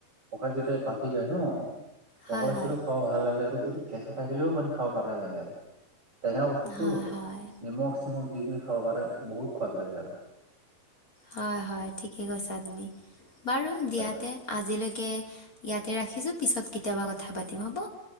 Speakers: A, on the right; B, on the left.
A: পকা যেতিয়া পাকি যায় ন
B: হয়
A: পকা পাইচাো
B: হয়
A: খাব ভাল লাগে আৰু এইটো কেঁচা থাকিলেও মানে খাব পৰা যায় আৰু টেঙা বস্তুতটো
B: হয় হয়
A: নিমখ চিমখ দি কি খাব পাৰে বহুত সোৱাদ লাগে আৰু
B: হয় হয় ঠিকে কৈছা তুমি বাৰু দিয়াতে
A: হয়
B: আজিলৈকে ইয়াতে ৰাখিছোঁ পিছত কেতিয়াবা কথা পাতিম হ'ব